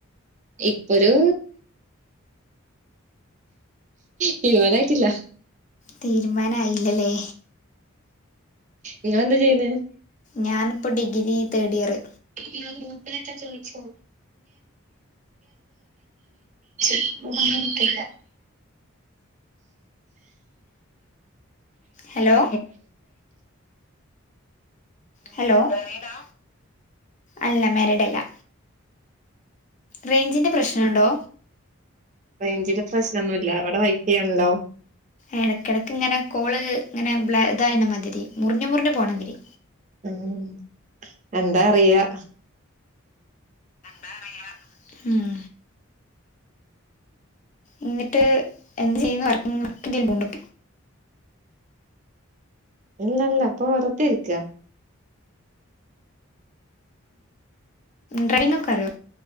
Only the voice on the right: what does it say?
ഇപ്പൊരു തീര്മാനായ്ട്ടില്ലാ
ഇങ്ങളെന്താ ചെയ്യ്ന്നേ
ഇങ്ങളെ ഗ്രൂപ്പിലൊക്കെ ചോയ്ച്ചോ <unintelligible>
റെയ്ഞ്ചിന്റെ പ്രശ്നാെന്നുല്ലാ അവടെ വൈഫയുണ്ടോ
ഉം എന്താ അറീലാ
ഇല്ലല്ലാ ഇപ്പ വെറ്തെ ഇര്ക്കാ